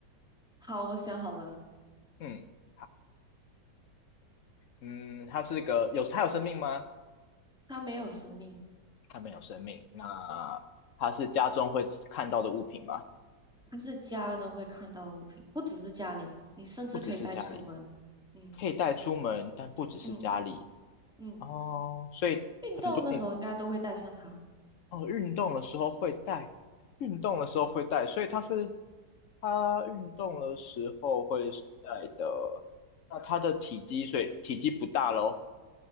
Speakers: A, in the centre; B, on the left (about 65°).
A: 好，我想好了，
B: 嗯，好，嗯，它是个有它有生命吗？
A: 它没有生命。
B: 它没有生命，那它是家中会看到的物品吗？
A: 但是家中会看到的物品，不只是家里，你甚至可以带出门。
B: 不只是家里，
A: 嗯
B: 可以带出门，但不只是家里
A: 嗯嗯，
B: 哦，所以很多人
A: 运动的时候应该都会带上它。
B: 哦，运动的时候会带，运动的时候会带，所以它是它运动的时候会带的。那它的体积，所以体积不大喽，